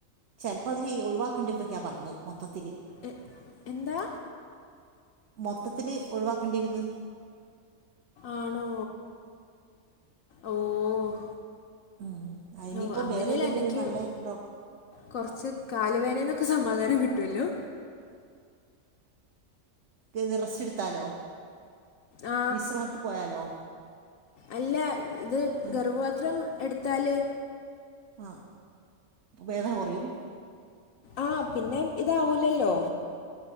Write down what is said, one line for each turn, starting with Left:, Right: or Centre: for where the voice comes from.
Right: ചെലപ്പ അത് ഒഴിവാക്കേണ്ടിരുന്നക്കൊയ പറഞ്ഞെ മൊത്തത്തില്
Left: എ എന്താ
Right: മൊത്തത്തില് ഒഴിവാക്കണ്ടിരുന്ന്
Left: ആണോ ഓഹ്
Right: ഉം. അതിനിപ്പം
Left: ഓ അങ്ങനേലു
Right: വേറെ ഏതെങ്കിലും
Left: അന്നക്ക്
Right: നല്ല ഡോക്ടർ
Left: കൊറച്ച് കാല് വേനെന്നൊ ക്ക് സമാധാനം കിട്ടുവല്ലോ
Right: ഏത് റസ്റ്റ്‌ട്ത്താലോ
Left: ആ
Right: വിശ്രമത്ത് പോയാലോ
Left: അല്ല ത്
Right: ഉം.
Left: ഗർഭപാത്രം എട്ത്താല്
Right: ആ വേദന കൊറിം
Left: ആ പിന്നെ ഇതാവൂലല്ലോ